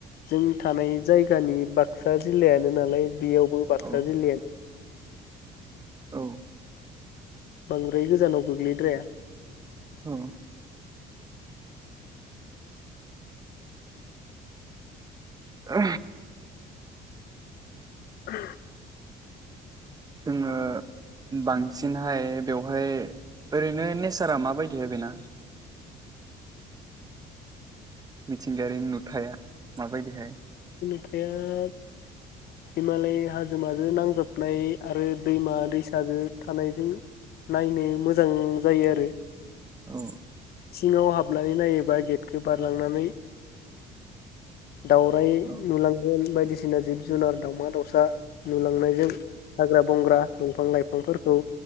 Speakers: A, on the left; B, on the right.
A: जों थानाय जाय गानि बाक्सा जिल्लायानो नालाय बेयावबो बाक्सा
B: औ
A: जिल्लायानो
B: औ
A: बांद्राय गोजानाव गोग्लैद्राया
B: औ आ
A: आ
B: जोङो बांसिनहाय बेवहाय ओरैनो नेसारा माबायदिहाय बेना मिथिंगायारि नुथाया माबायदिहाय
A: हा हिमालय हाजोमाजों नांजाबनाय आरो दैमा दैसाजों थानायजों नायनो मोजां जायो आरो
B: औ
A: सिङाव हाबनानै नायोबा गेद गोबारलांनानै दाउराय
B: औ
A: नुलांगोन बायदिसिना बायदिसिना जिब जुनार दावमा दावसा नुलांनायजों हाग्रा बंग्रा दंफां लाइफांफोरखौ